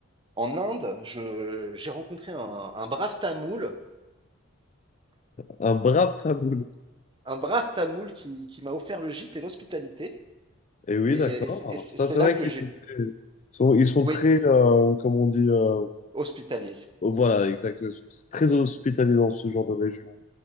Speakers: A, on the right; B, on the left.
A: en Inde. Je, j'ai rencontré un, un brave tamoul,
B: Un brave taboul.
A: un brave tamoul qui, qui m'a offert le gîte et l'hospitalité.
B: Et oui,
A: Et,
B: d'accord.
A: et c'est et c'est-
B: Ça,
A: c'est
B: c'est
A: là
B: vrai
A: que
B: qu'ils
A: j'ai,
B: sont très, ils sont, ils sont
A: oui,
B: très euh, comme on dit, euh,
A: hospitalier.
B: voilà, exact, ils sont très hospitaliers dans ce genre de région.